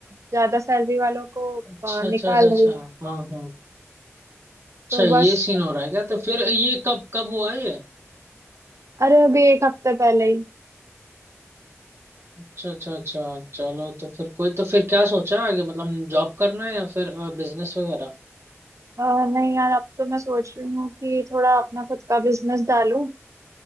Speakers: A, on the right; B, on the right.
A: ज्यादा सैलरी वालों को
B: अच्छा
A: अ, निकाल
B: अच्छा अच्छा अच्छा
A: रही है
B: हाँ हाँ अच्छा
A: तो
B: ये
A: बस
B: सीन हो रहा है क्या तो फिर ये कब कब हुआ ये
A: अरे अभी एक हफ्ते पहले ही
B: अच्छा अच्छा अच्छा चलो तो फिर कोई तो फिर क्या सोचा आगे मतलब जॉब करना है या फिर बिजनेस वगैरह
A: अ, नहीं यार अब तो मैं सोच रही हूँ कि थोड़ा अपना खुद का बिजनेस डालूं